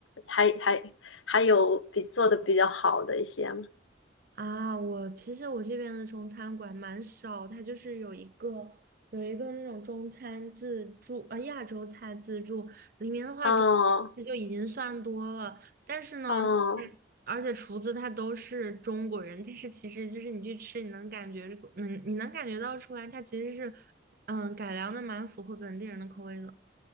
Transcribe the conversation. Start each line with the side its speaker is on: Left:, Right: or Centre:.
Left: 还还还有比做的比较好的一些吗？
Right: 啊，我其实我这边的中餐馆蛮少，它就是有一个有一个那种中餐自助，呃，亚洲菜自助，里面的话中
Left: 哦
Right: 餐就已经算多了，但是呢，
Left: 哦
Right: 嗯而且厨子他都是中国人，但是其实就是你去吃，你能感觉出，嗯，你能感觉到出来，它其实是嗯改良的蛮符合本地人的口味的。